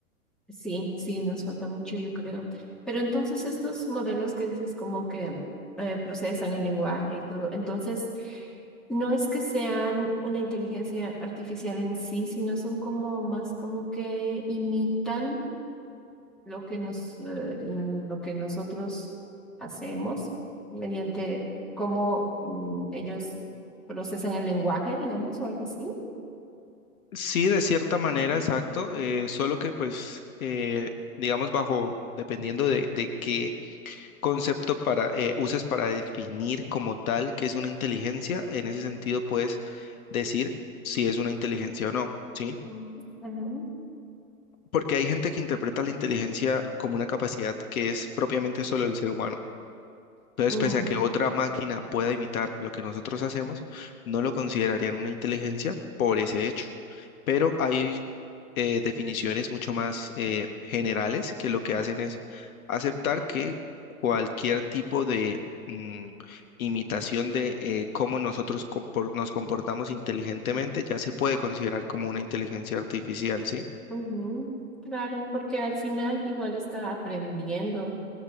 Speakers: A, in the centre; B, on the left.
A: Sí, sí, nos falta mucho, yo creo. Pero entonces estos modelos que dices como que eh, procesan el lenguaje y todo, entonces no es que sean una inteligencia artificial en sí, sino son como más como que imitan. lo que nos, eh, mm, lo que nosotros hacemos mediante cómo mm, ellos procesan el lenguaje, digamos, o algo así.
B: Sí, de cierta manera,
A: Ujú,
B: exacto, eh, solo que pues, eh, digamos, bajo, dependiendo de, de qué concepto para, eh, uses para definir como tal qué es una inteligencia, en ese sentido puedes decir si es una inteligencia o no, ¿sí?
A: ujú,
B: Porque hay gente que interpreta la inteligencia como una capacidad que es propiamente solo del ser humano Entonces,
A: ujú,
B: pese a
A: mm,
B: que otra máquina pueda imitar lo que nosotros hacemos, no lo considerarían una inteligencia por ese hecho. Pero hay eh, definiciones mucho más eh, generales que lo que hacen es aceptar que cualquier tipo de mm, imitación de eh, cómo nosotros compor- nos comportamos inteligentemente ya se puede considerar como una inteligencia artificial, ¿sí?
A: ujú. Claro, porque al final igual está aprendiendo